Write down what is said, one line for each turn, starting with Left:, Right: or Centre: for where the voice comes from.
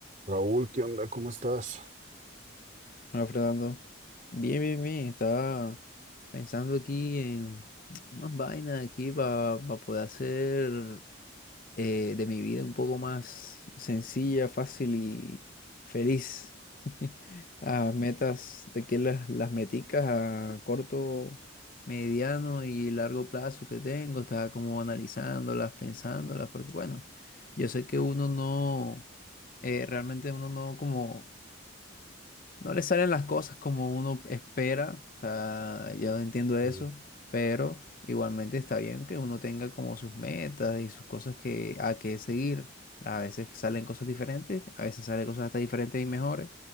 Right: Raúl, ¿qué onda? ¿Cómo estás?
Left: Hola, Fernando. Bien, bien, bien. Estaba pensando aquí en unas vainas aquí para poder hacer eh, de mi vida un poco más sencilla, fácil y feliz. <laughs> Las metas, de que las, las meticas a corto, mediano y largo plazo que tengo, estaba como analizándolas, pensándolas, porque bueno, yo sé que uno no, eh, realmente uno no como no le salen las cosas como uno espera, o sea, yo entiendo eso,
Right: Sí,
Left: pero igualmente está bien que uno tenga como sus metas y sus cosas que a que seguir. A veces salen cosas diferentes, a veces salen cosas hasta diferentes y mejores,